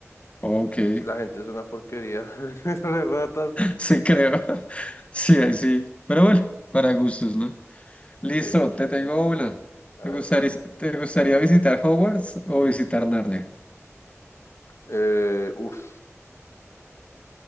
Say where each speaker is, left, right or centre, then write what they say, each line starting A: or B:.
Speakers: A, on the left; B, on the left.
A: ok. <laughs>
B: Pues, La gente es una porquería, <laughs> re ratas.
A: Sí, creo. <laughs> Sí, ahí sí. Pero bueno, para gustos, ¿no? Listo,
B: Sí,
A: te tengo una.
B: a
A: ¿Te gustaría,
B: ver, bro.
A: te gustaría visitar Hogwarts o visitar Narnia?
B: Eh, uf,